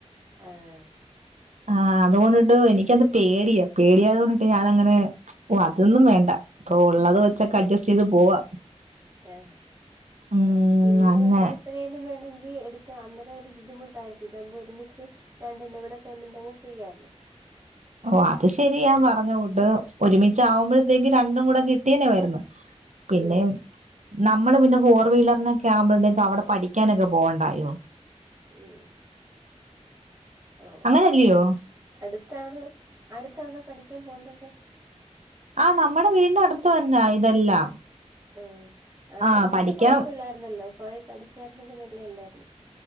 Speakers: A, on the right; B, on the right.
A: ആഹ്
B: ആഹ അതുകൊണ്ടിട്ട് എനിക്കത് പേടിയാ പേടിയായത് കൊണ്ടിട്ട് ഞാാനങ്ങനെ ഓ അതൊന്നും വേണ്ട ഇപ്പൊ ഉള്ളത് വെച്ചൊക്കെ അഡ്ജസ്റ്റ് ചെയ്ത് പോവാ
A: ആഹ
B: ഉം
A: പിന്നീട്
B: അങ്ങനെ
A: നമുക്ക് എപ്പഴായാലും വേണെങ്കിൽ അങ്ങരം ഒരു ബുദ്ധിമുട്ടായിരിക്കും ഇതകുമ്പോ ഒരുമിച്ച് രണ്ടിന്റെ കൂടെ പേയ്മെന്റ്ങ്ങ് ചെയ്യല്ലോ
B: ഓ അത് ശരിയാാ പറഞ്ഞുകൂട്ട് ഒരുമിച് ആകുമ്പോഴത്തേക്ക് രണ്ടും കൂടെ കിട്ടിയനേ മരുന്ന് പിന്നെ
A: ഉം
B: നമ്മള് പിന്നെ ഫോർ വീലറിനൊക്കെ ആവുമ്പോഴത്തേക് അവിടെ പഠിക്കാനൊക്കെ പോവണ്ടായോ
A: ഉം ഓ
B: അങ്ങനല്ലയോ
A: അതെ അടുത്താണോ അടുത്താണോ പഠിക്കാൻ പോണ്ടത്
B: ആഹ നമ്മുടെ വീടിന്റെ അടുത്ത് തന്ന ഇതെല്ലാം
A: ആ അന്നേരം
B: ആ
A: പിന്നെ
B: പഠിക്കാൻ
A: കൊഴപ്പില്ലായിരുന്നല്ലോ പോയി പഠിച്ചായിരുന്നെങ്കല് നല്ലയില്ലായിരുന്നു